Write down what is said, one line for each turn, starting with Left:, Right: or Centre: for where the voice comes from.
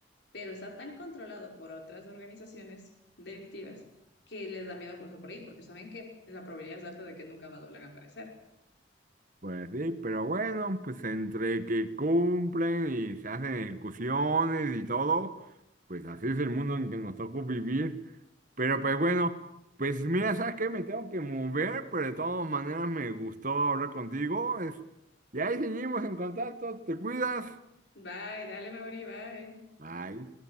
Left: pero está tan controlado por otras organizaciones delictivas que les da miedo cruzar por ahí, porque saben que la probabilidad es alta de que nunca más vuelvan a aparecer.
Right: pues sí, pero bueno, pues entre que cumplen y se hacen ejecuciones y todo, pues así es el mundo en que nos tocó vivir. Pero pues bueno, pues mira, ¿sabes qué? Me tengo que mover, pero de todas maneras me gustó hablar contigo. Es... Y ahí seguimos en contacto. Te cuidas.
Left: Bye, dale, Mauri, bye.
Right: Bye.